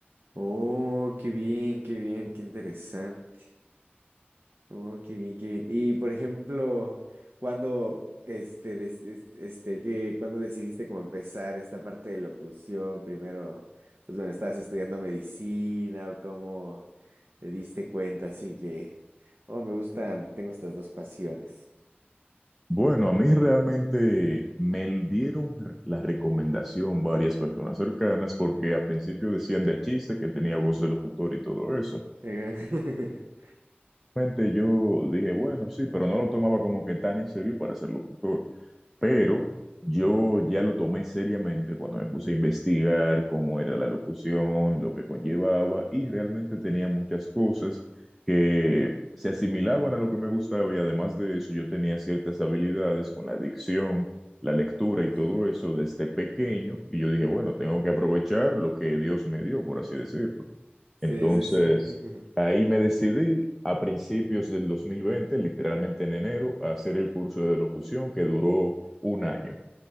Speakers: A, on the right (about 65°); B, in the centre.
A: Oh, qué bien, qué bien, qué interesante. Oh, qué bien, qué bien. Y por ejemplo, cuando este, des- est- este, que, cuando decidiste como empezar esta parte de locución? Primero, pues bueno, ¿estabas estudiando medicina o cómo? Te diste cuenta, así que... Oh, me gustan, tengo estas dos pasiones.
B: Bueno, a mí realmente me dieron la recomendación varias personas cercanas porque al principio decían de chiste que tenía voz de locutor y todo eso.
A: Ajá. <laughs>
B: Realmente yo dije, bueno, sí, pero no lo tomaba como que tan en serio para ser locutor. Pero yo ya lo tomé seriamente cuando me puse a investigar cómo era la locución, lo que conllevaba, y realmente tenía muchas cosas que se asimilaban a lo que me gustaba y además de eso yo tenía ciertas habilidades con la dicción, la lectura y
A: Sí,
B: todo eso desde pequeño, y yo dije, bueno, tengo que aprovechar lo que Dios me dio, por así decirlo.
A: sí,
B: Entonces,
A: sí. sí. <laughs>
B: ahí me decidí a principios del 2020, literalmente en enero, a hacer el curso de locución que duró un año.